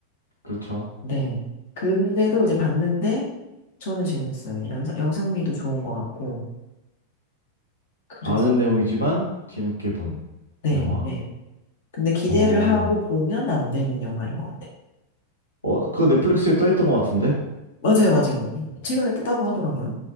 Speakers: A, on the left; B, on the left.
A: 그렇죠.
B: 네. 근데도 이제 봤는데 저는 재밌었어요. 그냥 영상, 영상미도 좋은 것 같고. 그래서
A: 아는 내용이지만 재밌게 본
B: 네,
A: 영화.
B: 네. 근데 기대를
A: 어,
B: 하고 보면 안 되는 영화인 것 같아요.
A: 어, 그거 넷플릭스에 떠 있던 것 같은데?
B: 맞아요, 맞아요. 최근에 떴다고 하더라고요.